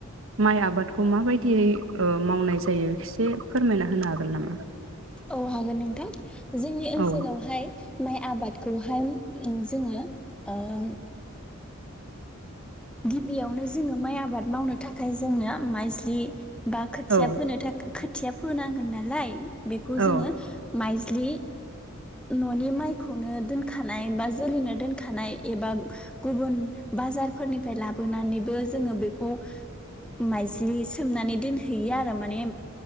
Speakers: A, on the right; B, in the centre.
A: माइ आबादखौ माबायदियै ओ मावनाय जायो एसे फोरमायना होनो हागोन नामा?
B: औ हागोन नोंथां जोंनि ओनसोलावहाय
A: औ
B: माइ आबादखौहाय उम जोङो ओम गिबियावनो जोङो माइ आबाद मावनो थाखाय जोंनो माइज्लि बा खोथिया
A: औ
B: फोनो थाखै खोथिया फोनांगोन नालाय बेखौ
A: औ
B: जोङो माइज्लि न'नि माइखौनो दोनखानाय बा जोलैनो दोनखानाय एबा ओ गुबुन बाजारफोरनिफ्राय लाबोनानैबो जोङो बेखौ माइज्लि सोमनानै दोनहैयो आरो माने